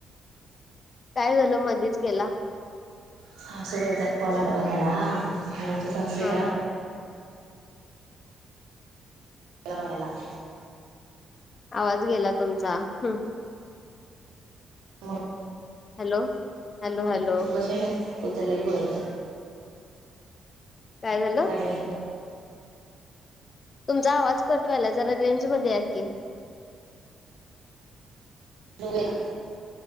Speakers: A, on the left (about 45°); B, on the right (about 80°).
A: काय झालं? मध्येच केला
B: हा सासूबाईचा कॉल आला वो मला आणि आमच्या सासूबाई
A: हा
B: जरा
A: हा
B: - मला <inaudible>
A: आवाज गेला तुमचा ह
B: ह <inaudible>
A: हॅलो. हॅलो हॅलो
B: तो बसेले उचलेल बरं.
A: काय झाल?
B: ह <inaudible>
A: तुमचा आवाज कट व्हायलाय. जरा रेंज मध्ये या की.
B: <unintelligible>